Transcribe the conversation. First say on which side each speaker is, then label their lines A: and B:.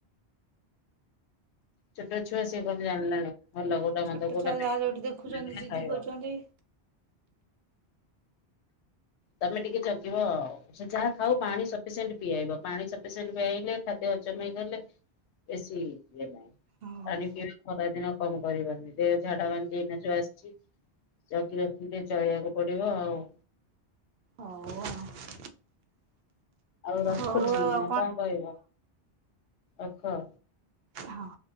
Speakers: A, on the left; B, on the right.
A: ଛୋଟ ଛୁଆ ସିଏ କଣ ଜାଣିଲାଣି ଭଲ କୋଉଟା
B: ଛୋଟ
A: ମନ୍ଦ କୋଉଟା
B: ଛୁଆ
A: ମାଗିଲେ
B: ଯାହା ଯୋଉଠି ଦେଖୁଛନ୍ତି ଜିଦି
A: ଖାଇବ।
B: କରୁଛନ୍ତି।
A: ତମେ ଟିକେ ଜଗିବ ଆଉ। ସେ ଯାହା ଖାଉ ପାଣି ସଫିସେଣ୍ଟ୍ ପିଆଇବ ପାଣି ସଫିସେଣ୍ଟ୍ ପିଆଇଲେ ଖାଦ୍ୟ ହଜମ ହେଇଗଲେ ବେସି ଇଏ ନାହିଁ।
B: ହଉ
A: ପାଣି ପିଇବା ଖରା ଦିନ କମ୍ କରିବନି ଦେହ ଝାଡା ବାନ୍ତି ଏଇନା ଯୋଉ ଆସିଚି। ଜଗି ରଖିକି ଟିକେ ଚଳିବାକୁ ପଡିବ ଆଉ।
B: ହଉ ଆଉ।
A: ଆଉ ରଖୁଛି
B: ହଉ ଆଉ ଆଉ
A: ନା କଣ କହିବ ରଖ।
B: ହଁ।